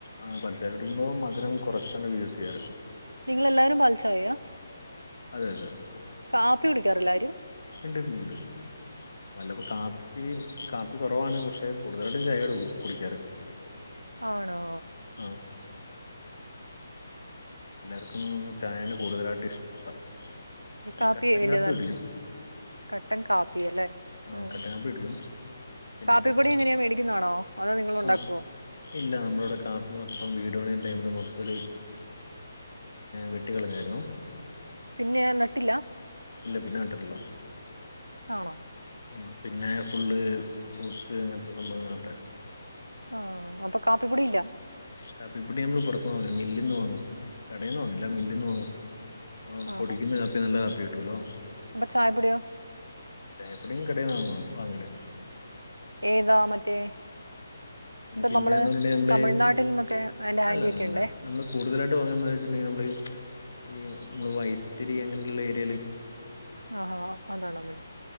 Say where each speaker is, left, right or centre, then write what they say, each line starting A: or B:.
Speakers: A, on the left; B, on the right.
A: ആ പഞ്ചസാര ഇടുമ്പോ മധുരം കുറച്ചാണ് യൂസ് ചെയ്യാറ്
B: നിങ്ങളെല്ലാരും പാൽച്ചായയാ
A: അതെ അതെ
B: കാപ്പി കുടിക്കാറില്ല ആരും
A: ഇണ്ട് ഇണ്ട് വല്ലപ്പോ കാപ്പി കാപ് പ്പി കുറവാണ് പക്ഷെ കൂടുതലായിട്ടും ചായയാണ് കുടിക്കാറ്
B: ആണോ
A: ആ എല്ലർക്കും ചായയാണ് കൂടുതലായിട്ട് ഇഷ്ടം പിന്നെ
B: കാപ്പി
A: കട്ടൻ
B: <unintelligible>
A: കുടിക്കും
B: കട്ടൻ കാപ്പി അല്ലേ
A: ആ
B: ഉം
A: കട്ടൻ കാപ്പി കുടിക്കും പിന്നെ
B: കാപ്പിപ്പൊടി
A: കട്ടൻ
B: എങ്ങനെയാ മേടിക്കുന്നാണോ അതോ നിങ്ങൾ ഉണ്ടാക്കുവോ
A: ആഹ് ഇല്ല നമ്മളിവിടെ കാപ്പി മൊത്തം വീട് പണി ടൈമില് മൊത്തത്തില് വെട്ടിക്കളഞ്ഞായിരുന്നു
B: പിന്നെ നട്ടില്ല
A: ഇല്ല പിന്നെ നട്ടിട്ടില്ല
B: ആണോ
A: ഉം പിന്നെ ഫുൾ ഫ്രൂട്ട്സ് അങ്ങനത്തെ സംഭവങ്ങളാ നട്ടേ
B: ആഹ് അപ്പൊ കാപ്പിപ്പൊടി ഇല്ല
A: കാപ്പിപ്പൊടി നമ്മള് പുറത്ത്ന്ന് വാങ്ങും മില്ലി ന്ന് വാങ്ങും കടയിൽന്ന് വാങ്ങില്ല മില്ലി ന്ന് വാങ്ങും ആ
B: ആഹാ
A: പൊടിക്കുന്ന കാപ്പി നല്ല കാപ്പി കേട്ടുലോ
B: അപ്പൊ ചായപ്പൊടിയോ
A: ചായപ്പൊടിയും കടേന്ന് വാങ്ങുവാ വാങ്ങല്
B: ഏതാ മറ്റേ
A: ഇ
B: ഇപ്പൊ
A: പിന്നെന്ന്
B: നമ്മള്
A: പറഞ്ഞിട്ടുണ്ടെങ്കിൽ
B: തമിഴ്നാട്ടിൽ
A: നമ്മള്
B: നിന്നൊക്കെ എന്റെ ആന്റിയൊക്കെ
A: അല്ലല്ല അല്ല
B: ഉണ്ടേ
A: നമ്മള് കൂടുതലായിട്ട് വാങ്ങുന്നത് ന്ന് വെച്ചിട്ടുണ്ടെങ്കിൽ നമ്മള് ഈ നമ്മള് വൈത്തിരി അങ്ങനെയുള്ള ഏരിയൽ
B: ആഹ് ആഹ് അതാണോ <unintelligible>